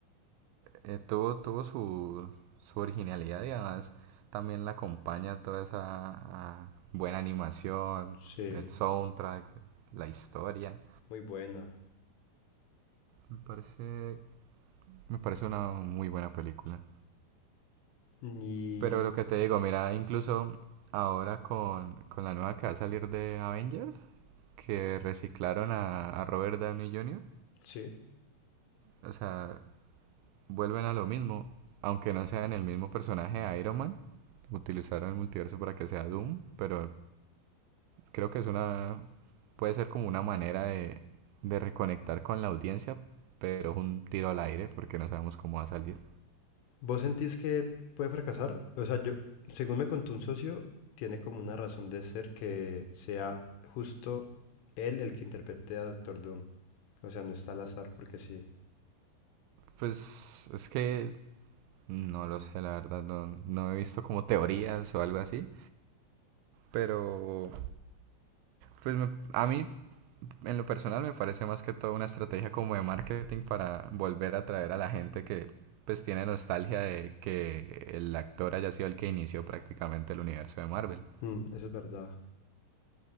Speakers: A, on the right; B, on the left.
A: eh, tuvo tuvo su, su originalidad y además también la acompaña toda esa ah, buena animación,
B: Sí.
A: el soundtrack, la historia.
B: Muy buena.
A: Me parece, me parece una muy buena película.
B: Y
A: Pero lo que te digo, mira, incluso ahora con, con la nueva que va a salir de Avengers, que reciclaron a, a Robert Downey Jr.,
B: sí.
A: o sea, vuelven a lo mismo, aunque no sean el mismo personaje de Iron Man, utilizaron el multiverso para que sea Doom, pero creo que es una, puede ser como una manera de, de reconectar con la audiencia, pero es un tiro al aire porque no sabemos cómo va a salir.
B: ¿Vos sentís que puede fracasar? O sea, yo, según me contó un socio, tiene como una razón de ser que sea justo él el que interprete a Doctor Doom. O sea, no está al azar porque sí.
A: Pues es que no lo sé, la verdad, no, no he visto como teorías o algo así. Pero, pues me- a mí, en lo personal, me parece más que todo una estrategia como de marketing para volver a atraer a la gente que, pues, tiene nostalgia de que el actor haya sido el que inició prácticamente el universo de Marvel.
B: Mm, eso es verdad.